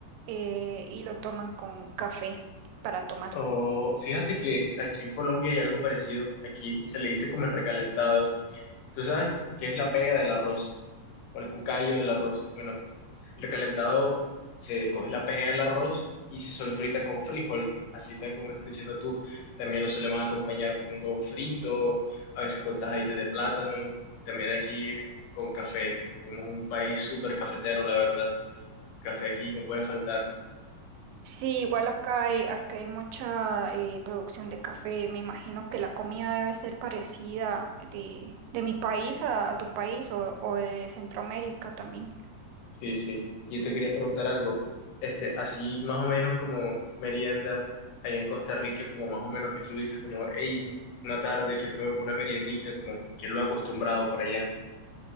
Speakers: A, on the right; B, on the left.
A: eh, y lo toman con café para tomar.
B: O fíjate que aquí en Colombia hay algo parecido. Aquí se le dice como el recalentado. ¿Tú sabes qué es la pega del arroz? O el cucayo del arroz. Bueno, el recalentado se coge la pega del arroz y se solfrita con frijol. Así tan como estás diciendo tú. También lo solemos acompañar con un huevo frito, a veces con tajaditas de plátano. También aquí con café. Como es un país súper cafetero, la verdad. Café aquí no puede faltar.
A: Sí, igual acá hay, acá hay mucha eh, producción de café. Me imagino que la comida debe ser parecida de, de mi país a, a tu país o, o de Centroamérica también.
B: Sí, sí. Yo te quería preguntar algo. Este, así más o menos como merienda allá en Costa Rica, como más o menos que tú dices, como, hey, una tarde quiero comer una meriendita, como que es lo acostumbrado por allá.